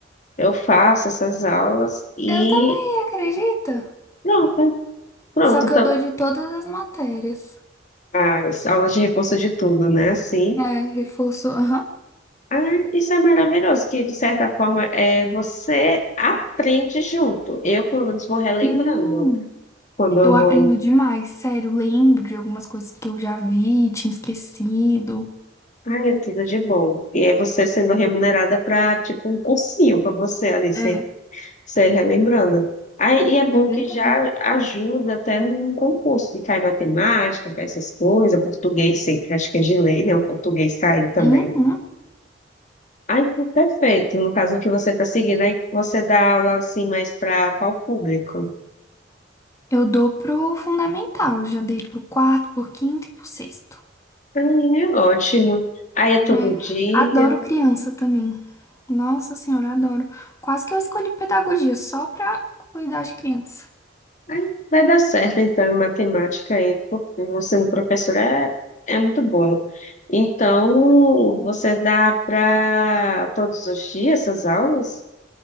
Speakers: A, on the left; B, on the left.
A: Eu faço essas aulas e
B: Eu também, acredita?
A: pronto, pronto.
B: Só que
A: Então,
B: eu dou de todas as matérias.
A: as aulas de reforço de tudo, né? Assim,
B: É, reforço. Aham.
A: ah, isso é maravilhoso, que de certa forma é, você aprende junto. Eu, pelo menos, vou relembrando
B: Sim.
A: quando eu
B: Eu aprendo
A: vou.
B: demais, sério. Lembro de algumas coisas que eu já vi, tinha esquecido.
A: Ai, é tudo de bom. E é você sendo remunerada para, tipo, um cursinho para você, ali. Sei,
B: É,
A: relembrando. Aí, e é bom
B: é verdade.
A: que já ajuda até no concurso, que cai matemática, cai essas coisas, português sempre, acho que é de lei, né? O português cai também.
B: Uhum.
A: Aí, perfeito. No caso que você está seguindo, aí você dá aula assim mais para qual público?
B: Eu dou pro fundamental. eu Já dei pro quarto, pro quinto e pro sexto.
A: Aí é ótimo. Aí é todo
B: É,
A: dia.
B: adoro criança também. Nossa senhora, adoro. Quase que eu escolhi pedagogia só pra cuidar de criança.
A: Aí vai dar certo, então, em matemática aí, porque você no professor é, é muito bom. Então, você dá para todos os dias essas aulas?